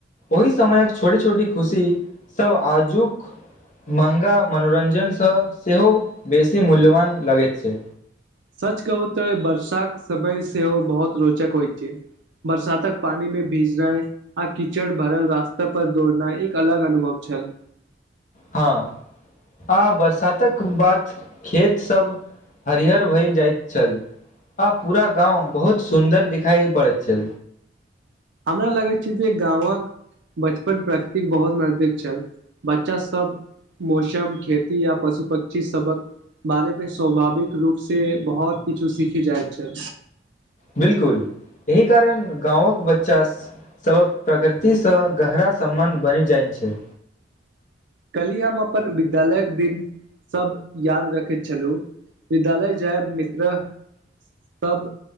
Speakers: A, on the left; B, on the right.
A: ओहि समयक छोटी छोटी खुशी सभ आजुक मँहगा मनोरञ्जनसँ सेहो बेसी मूल्यवान लगैत छै
B: सच कहू तऽ वर्षाक समय सेहो बहुत रोचक होइ छै बरसातक पानी मे भीजनाइ आ कीचड़ भरल रास्ता पर दौड़नाइ एक अलग अनुभव छल <inaudible>
A: हँ आ बरसातक बाद खेत सब हरिहर भैत जाइत छल आ पूरा गाँव बहुत सुन्दर दिखाई पड़ैत छै
B: हमरा लागै छै जे गाँवक बचपन प्रकृतिक बहुत नजदीक छल बच्चा सब मोसम खेती या पशु पक्षी सबक बारेमपे स्वभाविक रूप से बहुत किछु सीखी जाय छै
A: बिलकुल एहि कारण गाँंवक बच्चा सबक प्रकृति से गहरा सम्बंध बनि जाय छै
B: <inaudible> कलहि हम अपन विद्यालयक दिन सब याद रखैत छलहुँ विद्यालय जायब मित्र्ह सब